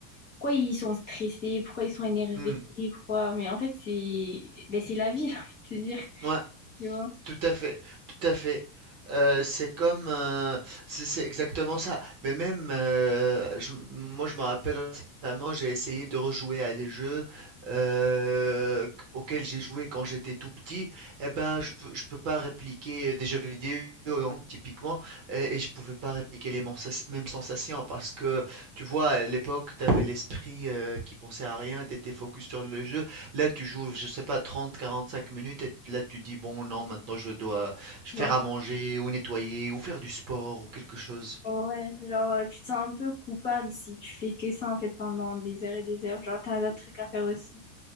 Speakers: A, on the left; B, on the right.
A: pourquoi ils sont stressés, pourquoi ils sont énervés,
B: Mm.
A: pourquoi, mais en fait, c'est, ben, c'est la vie, <laughs> j'ai envie de te dire,
B: Ouais.
A: tu vois.
B: Tout à fait, tout à fait. Euh, c'est comme, euh, c'est c'est exactement ça. Mais même, euh, je- moi, je me rappelle récemment, j'ai essayé de rejouer à des jeux euh, qu- auxquels j'ai joué quand j'étais tout petit. Eh ben, je peux, je peux pas répliquer des jeux vidéo, hein, typiquement, et, et je pouvais pas répliquer les mensa- mêmes sensations parce que, tu vois, à l'époque, tu avais l'esprit euh, qui pensait à rien, tu étais focus sur le jeu. Là, tu joues, je sais pas, trente, quarante-cinq minutes et là, tu dis, bon, non, maintenant, je dois faire
A: Ouais,
B: à manger ou nettoyer ou faire du sport ou quelque chose.
A: Ouais, genre euh, tu te sens un peu coupable si tu fais que ça en fait pendant des heures et des heures. Genre t'as d'autres trucs à faire aussi.